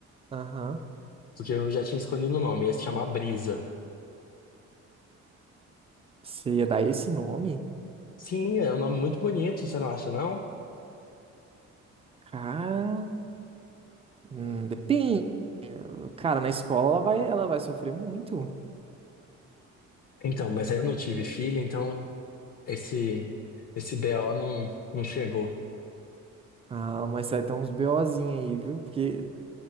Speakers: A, on the right; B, on the left.
A: aham.
B: porque eu já tinha escolhido o nome, ia se chamar Brisa.
A: Você ia dar esse nome?
B: Sim, é um nome muito bonito, você não acha, não?
A: Cara, hum, depende. Cara, na escola ela vai, ela vai sofrer muito.
B: Então, mas aí eu não tive filha, então esse esse BO não, não chegou.
A: Ah, mas vai ter uns BOzinhos aí, viu? Porque